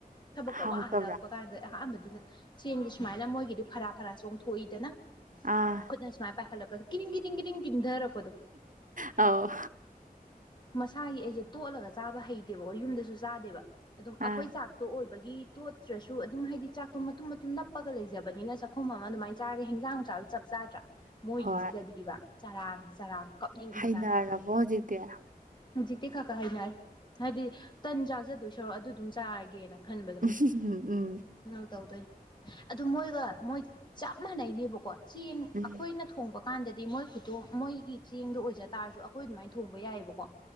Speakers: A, on the left; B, on the right.
A: ꯊꯕꯛꯀ
B: ꯍꯥꯎꯇꯕ꯭ꯔꯥ
A: ꯋꯥꯍꯜꯂꯛꯄ ꯀꯥꯟꯗ ꯑꯍꯥꯟꯕꯗꯨꯗ ꯆꯦꯡꯁ ꯁꯨꯃꯥꯏꯅ ꯃꯣꯏꯒꯤꯗꯤ ꯐꯔꯥ ꯐꯔꯥ ꯆꯣꯡꯊꯣꯛꯏꯗꯅ
B: ꯑꯥ
A: ꯈꯨꯗꯅ ꯁꯃꯥꯏ ꯄꯥꯏꯈꯂ ꯀ ꯀ ꯀꯙꯔꯛ ꯀꯣꯗꯣ
B: ꯑ
A: ꯃꯁꯥꯒꯤ ꯑꯩꯁꯦ ꯇꯣꯠꯂꯒ ꯆꯥꯕ ꯍꯩꯇꯦꯕꯀꯣ ꯌꯨꯝꯗꯁꯨ ꯆꯥꯗꯦꯕ ꯑꯗꯨꯝ ꯑꯩꯈꯣꯏ
B: ꯑꯥ
A: ꯆꯥꯛ ꯇꯣꯑꯣ ꯑꯣꯏꯕꯒꯤ ꯇꯣꯠꯇ꯭ꯔꯁꯨ ꯑꯗꯨꯝ ꯍꯥꯏꯗꯤ ꯆꯥꯛꯇꯣ ꯃꯇꯨꯝ ꯃꯇꯨꯝ ꯅꯞꯄꯒ ꯂꯩꯖꯕꯅꯤꯅ ꯆꯥꯛꯈꯨꯝ ꯑꯃ ꯑꯗꯨꯃꯥꯏꯅ ꯆꯥꯔꯒ ꯍꯦꯟꯖꯥꯡ ꯅꯨꯡꯆꯥꯡ ꯆꯞ ꯆꯥꯗ꯭ꯔꯥ ꯃꯣꯏꯒꯤꯁꯤꯗꯗꯤꯕ
B: ꯍꯣꯏ
A: ꯆꯔꯥꯡ ꯆꯔꯥꯡ ꯀꯞꯅꯤꯡꯕꯖꯥꯠꯅꯤ
B: ꯍꯅꯔꯕꯣ ꯍꯧꯖꯤꯛꯇꯤ
A: ꯍꯧꯖꯤꯛꯇꯤ ꯈꯔ ꯈꯥ ꯍꯩꯅꯔꯦ ꯍꯥꯏꯗꯤ ꯇꯟ ꯆꯥꯖꯗꯣꯏ ꯁꯔꯣ ꯑꯗꯨ ꯑꯗꯨꯝ ꯆꯥꯔꯒꯦꯅ ꯈꯟꯕꯗꯣ
B: ꯎꯝ ꯎꯝ
A: ꯀꯧ ꯇꯧꯗꯣꯏꯅꯦ ꯑꯗꯨ ꯃꯣꯏꯒ ꯃꯣꯏ ꯆꯞ ꯃꯥꯟꯅꯩꯅꯦꯕꯀꯣ ꯆꯦꯡ
B: ꯎꯝ
A: ꯑꯩꯈꯣꯏꯅ ꯊꯣꯡꯕ ꯀꯥꯟꯗꯗꯤ ꯃꯣꯏ ꯈꯨꯗꯣ ꯃꯣꯏꯒꯤ ꯆꯦꯡꯗꯣ ꯑꯣꯏꯖ ꯇꯥꯔꯁꯨ ꯑꯩꯈꯣꯏ ꯑꯗꯨꯃꯥꯏꯅ ꯊꯣꯡꯕ ꯌꯥꯏꯑꯕꯀꯣ